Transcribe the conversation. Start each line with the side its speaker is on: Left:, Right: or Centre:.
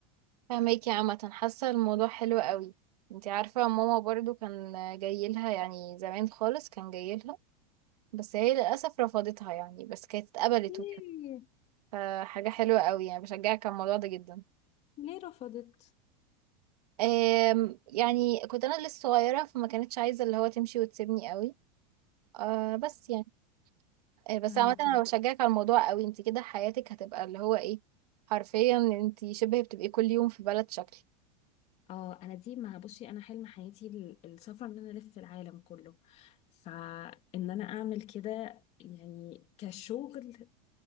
Right: فهماكي عامه حاسه الموضوع حلو قوي انت عارفه ماما برضو كان جاي لها يعني زمان خالص كان جاي لها بس هي للاسف رفضتها يعني بس كانت اتقبلت
Left: ليه
Right: وكده فحاجه حلوه قوي يعني بشجعك على الموضوع ده جدا
Left: ليه رفضت
Right: أم يعني كنت انا لسه صغيره فما كانتش عايزه اللي هو تمشي وتسيبني قوي أه بس يعني آه، بس
Left: فهماكي
Right: عامة انا
Left: لا
Right: بشجعك على الموضوع قوي انت كده حياتك هتبقى اللي هو ايه حرفيا انت شبه بتبقي كل يوم في بلد شكل
Left: اه انا دي مع بصي انا حلم حياتي ال- السفر ان انا الف العالم كله فان انا اعمل كده يعني كشغل